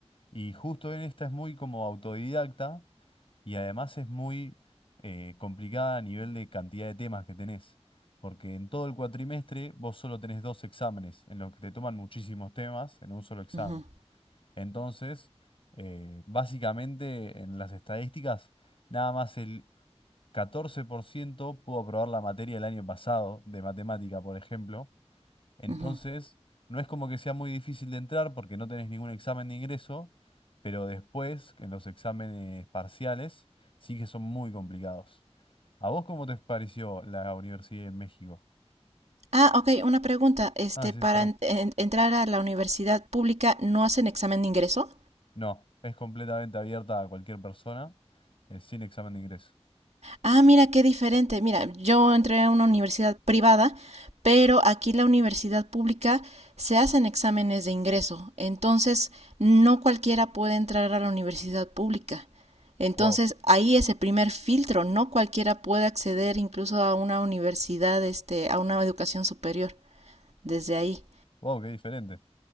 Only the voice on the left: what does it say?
y justo en esta es muy como autodidacta y además es muy eh, complicada a nivel de cantidad de temas que tenés, porque en todo el cuatrimestre vos solo tenés dos exámenes en los que te toman muchísimos temas en un solo examen.
Entonces, eh, básicamente en las estadísticas, nada más el 14% pudo aprobar la materia el año pasado de matemática, por ejemplo. Entonces,
no es como que sea muy difícil de entrar porque no tenés ningún examen de ingreso, pero después, en los exámenes parciales, sí que son muy complicados. ¿A vos cómo te pareció la universidad en México?
Ah, sí,
perdón.
No, es completamente abierta a cualquier persona, eh, sin examen de ingreso.
Wow.
Wow, qué diferente.